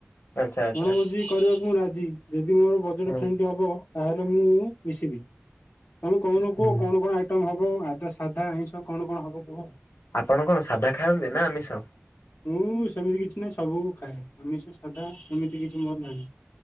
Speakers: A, on the left; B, on the left.
A: ଆଚ୍ଛା ଆଚ୍ଛା।
B: କଣ ଭୋଜୀ କରିବାକୁ ମୁଁ ରାଜି ଯଦି ମୋର ବଜେଟ
A: ହୁଁ
B: ଫ୍ରେଣ୍ଡ ହବ ତାହେଲେ ମୁଁ ମିଶିବି ତମେ କହୁନୁ
A: ହୁଁ
B: କୁହ କଣ କଣ ଆଇ ଟମ ହେବ ଆଦା ସାଧା ଆଇଁଷ କଣ କଣ ହେବ କୁହ?
A: ଆପଣ କଣ ସାଧା ଖାଆନ୍ତି ନା ଆମିଷ?
B: ମୁଁ ସେମିତି କିଛି ନାହିଁ ସବୁ ଖାଏ ଆମିଷ ସାଧା ସେମିତି କିଛି ମୋର ନାହିଁ।